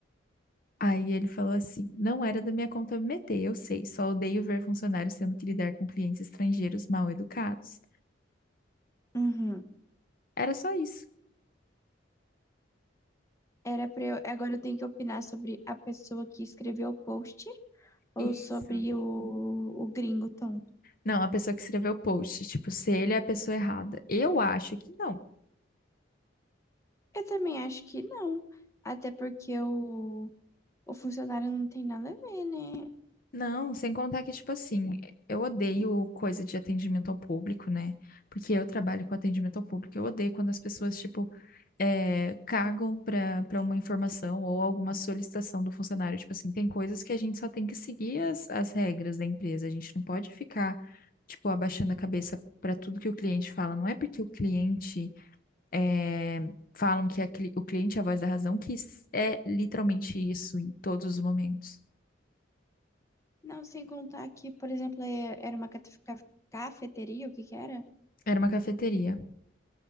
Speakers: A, on the left (about 45°); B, on the left (about 15°).
A: Aí ele falou assim: Não era da minha conta me meter, eu sei, só odeio ver funcionários tendo que lidar com clientes estrangeiros mal educados.
B: uhum.
A: Era só isso.
B: Era pra eu. Agora eu tenho que opinar sobre a pessoa que escreveu o post ou
A: Isso.
B: sobre o, o gringo Tom.
A: Não, a pessoa que escreveu o post, tipo, se ele é a pessoa errada. Eu acho que não.
B: Eu também acho que não. Até porque o. O funcionário não tem nada a ver, né?
A: Não, sem contar que, tipo assim, eu odeio coisa de atendimento ao público, né? Porque eu trabalho com atendimento ao público. Eu odeio quando as pessoas, tipo, eh, cagam pra, pra uma informação ou alguma solicitação do funcionário. Tipo assim, tem coisas que a gente só tem que seguir as, as regras da empresa. A gente não pode ficar, tipo, abaixando a cabeça pra tudo que o cliente fala. Não é porque o cliente eh, Falam que a cli- o cliente é a voz da razão, que s- é literalmente isso em todos os momentos.
B: Não, sem contar que, por exemplo, é- era uma cate- ca- cafeteria, o que que era?
A: Era uma cafeteria.